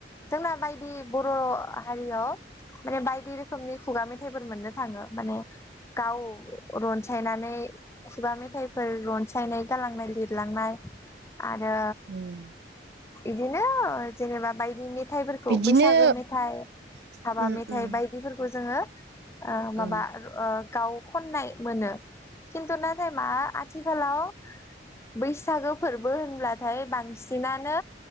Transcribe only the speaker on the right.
उम
बिदिनो
उम
उम
उम